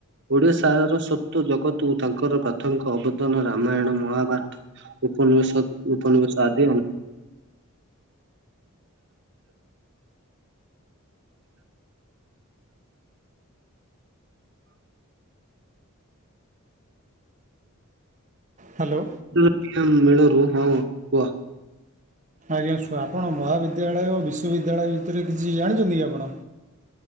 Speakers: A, on the right; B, on the right.
A: ଓଡ଼ିଆଶାର ସତ୍ବ ଜଗତକୁ ତାଙ୍କର ପ୍ରାଥମିକ ଅବଦାନ ରାମାୟଣ ମହାଭାରତ। ଉପନିବେଶତ ଉପନିବେଶ ଆଦି ଆଉ।
B: ହାଲୋ।
A: <unintelligible> ମେଳରୁ ହଁ। କୁହ।
B: ଆଜ୍ଞା ସାର ଆପଣ ମହାବିଦ୍ୟାଳୟ ଓ ବିଶ୍ୱବିଦ୍ୟାଳୟ ଭିତରେ କିଛି ଜାଣିଛନ୍ତିକି ଆପଣ?